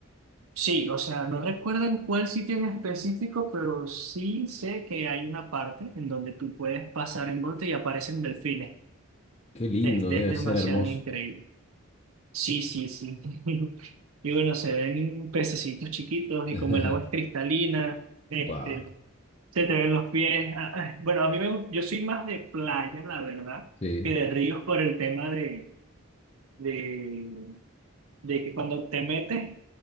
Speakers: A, on the right; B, on the left.
A: Sí, o sea, no recuerdo en cuál sitio en específico, pero sí sé que hay una parte en donde tú puedes pasar en bote y aparecen delfines.
B: Qué lindo,
A: Este
B: debe
A: es demasiado
B: ser hermoso.
A: increíble. Sí, sí, sí. <laughs> Y bueno, se ven pececitos chiquitos y
B: <laughs>
A: como el agua es cristalina, este,
B: Wow.
A: se te ven los pies. Ah, ah, Bueno, a mí me gusta, yo soy más de playa, la verdad,
B: Sí,
A: que de ríos por el tema de, de, de que cuando te metes,